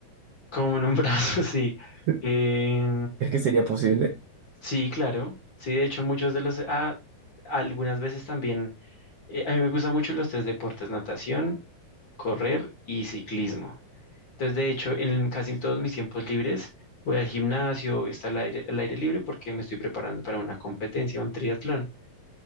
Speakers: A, on the left; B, on the right.
A: como en un <laughs> brazo, sí.
B: <laughs>
A: Eh,
B: ¿Crees que sería posible?
A: sí, claro. Sí, de hecho muchos de los... Ah, algunas veces también Eh, a mí me gustan mucho los tres deportes, natación, correr y ciclismo. Entonces, de hecho, en casi todos mis tiempos libres voy al gimnasio, está al aire, al aire libre porque me estoy preparando para una competencia, un triatlón.